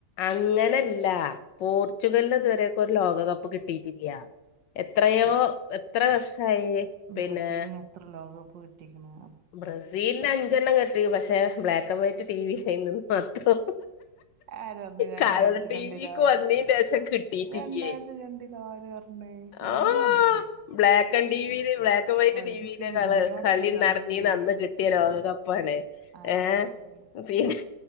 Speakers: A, on the left; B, on the right.
A: അങ്ങനെല്ല പോർച്ചുഗലിന് ഇതുവരൊക്കും ഒരു ലോകകപ്പ് കിട്ടിയിട്ടില്ല്യ എത്രയോ എത്ര വർഷായി പിന്നെ
B: ബ്രസീലിന് എത്ര ലോകകപ്പ് കിട്ടിക്ണു
A: ബ്രസീലിന് അഞ്ചെണ്ണം കിട്ടി പക്ഷെ black and white T V ഇല്ല്യേന്നുന്ന് മാത്രം
B: ആരെറഞ്ഞു രണ്ടായിരത്തി
A: കളർ ടി
B: രണ്ടിലൊ
A: വിക്ക് വന്നീന്റെ ശേഷം കിട്ടിയിട്ടില്ലേ
B: രണ്ടായിരത്തി രണ്ട് ആര് പറഞ്ഞ് ഞാൻ
A: ആഹ്
B: കണ്ട്ക്ണ്
A: ബ്ലാക്ക് ആൻഡ് ടിവി ല് ബ്ലാക്ക് <unintelligible> വൈറ്റ്
B: ഒലക്കാണ്
A: ടി വി ല്
B: ഇന്നോടൊക്കെ
A: കളി
B: കളർ
A: നടന്നീന്നന്ന്
B: ടി വി
A: കിട്ട്യേ ലോകകപ്പാണ്
B: ആര്
A: ഏയ്
B: പറഞ്ഞ്
A: പിന്നെ